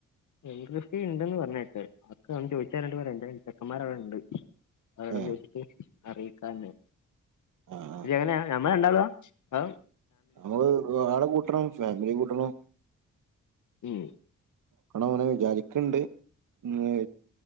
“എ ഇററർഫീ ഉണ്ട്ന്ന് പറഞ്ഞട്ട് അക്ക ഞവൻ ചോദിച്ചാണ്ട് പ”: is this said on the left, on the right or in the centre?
Left